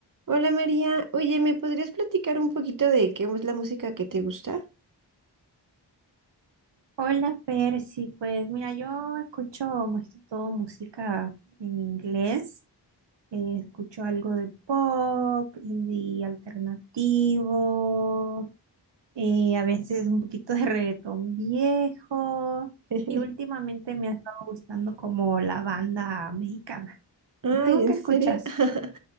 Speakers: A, on the right; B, on the right.
A: Hola María, oye, ¿me podrías platicar un poquito de qué es la música que te gusta?
B: Hola Percy, pues mira, yo escucho más que todo música en inglés, Eh, escucho algo de pop, indie alternativo, eh, a veces un poquito de reggaetón viejo
A: <laughs>
B: y últimamente me ha estado gustando como la banda mexicana.
A: Ay,
B: ¿Y tú
A: ¿en
B: qué
A: serio?
B: escuchas?
A: <laughs>